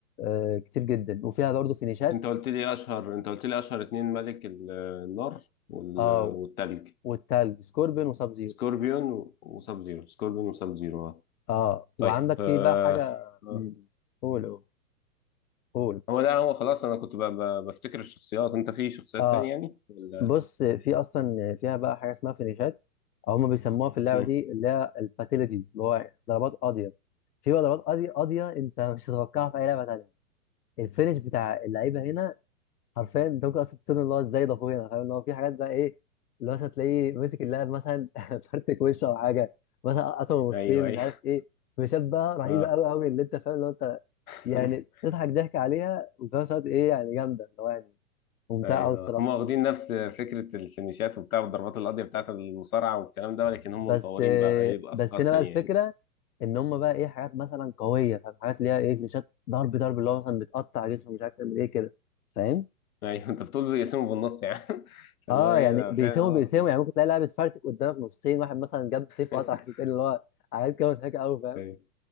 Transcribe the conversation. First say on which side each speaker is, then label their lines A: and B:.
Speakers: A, on the left; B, on the left.
A: آه كتير جدا وفيها برضه فينيشات
B: انت قلت لي اشهر انت قلت لي اشهر اتنين ملك ال- النار وال-
A: اه
B: والتلج
A: والتلج سكوربين وساب زيرو
B: سكوربيون و- وساب زيرو سكوربيون وساب زيرو اه
A: اه
B: طيب
A: وعندك
B: آه،
A: في بقى حاجه
B: آه.
A: مم. قول أوه. قول
B: هو ده هو خلاص انا كنت ب- ب- بفتكر الشخصيات انت في شخصيات
A: اه
B: تانية يعني ولا
A: بص في اصلا فيها بقى حاجه اسمها فينيشات او هم بيسموها في اللعبه
B: مم.
A: دي اللي هي الفاتيليتيز اللي هو ضربات قاضيه في بقى ضربات قاضيه قاضيه انت مش هتتوقعها في اي لعبه تانيه الفينش بتاع اللعيبه هنا حرفيا انت ممكن اصلا تصير اللي هو ازاي ده اخويا فاهم اللي هو في حاجات بقى ايه اللي هو مثلا تلاقيه مسك اللاعب مثلا <laughs> فرتك وشه او حاجه مثلا قسم نصين
B: ايوه ايوه
A: مش عارف ايه مشابهه رهيبه
B: اه
A: قوي قوي اللي انت فاهم اللي هو انت
B: <laughs>
A: يعني تضحك ضحك عليها وفي نفس الوقت ايه يعني جامده اللي هو يعني ممتعه
B: ايوه
A: قوي الصراحه
B: هم واخدين نفس فكرة الفينيشات وبتاع والضربات القاضية بتاعت المصارعة والكلام ده ولكن هم
A: بس
B: مطورين بقى ايه بافكار
A: بس هنا
B: تانية
A: بقى الفكره
B: يعني
A: ان هم بقى ايه حاجات مثلا قويه فاهم حاجات ليها ايه فليشات ضرب ضرب اللي هو مثلا بتقطع جسمه مش عارف تعمل ايه كده فاهم
B: ايوه <laughs> انت بتقول بيقسموا بالنص يعني <laughs> فاللي
A: اه
B: هو ايه
A: يعني
B: ده
A: بيساوموا
B: فعلا اه
A: بيساوموا يعني ممكن تلاقي لاعب اتفرتك قدامك نصين واحد مثلا جاب سيف
B: <laughs>
A: وقطع السيف التاني اللي هو حاجات كده مضحكه قوي فاهم
B: ايوه